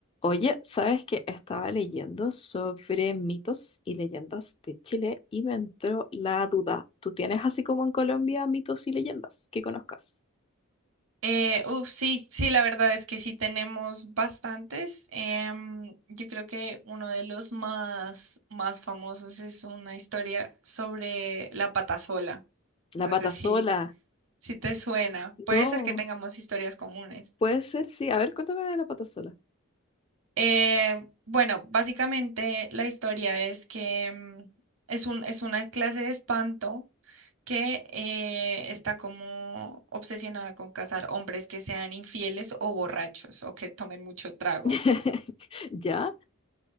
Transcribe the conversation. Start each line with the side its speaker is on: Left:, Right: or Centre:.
Left: Oye, ¿sabes que estaba leyendo sobre mitos y leyendas de Chile y me entró la duda? ¿Tú tienes así como en Colombia mitos y leyendas que conozcas?
Right: Eh, uf, sí, sí, la verdad es que sí tenemos bastantes. Em, yo creo que uno de los más, más famosos es una historia sobre la patasola.
Left: La
Right: No
Left: patasola.
Right: sé si, si te suena. Puede
Left: No,
Right: ser que tengamos historias comunes.
Left: puede ser, sí. A ver, cuéntame de la patasola.
Right: Eh, bueno, básicamente la historia es que em, es un, es una clase de espanto que eh, está como obsesionada con casar hombres que sean infieles o borrachos o que tomen mucho trago.
Left: <laughs> ¿Ya?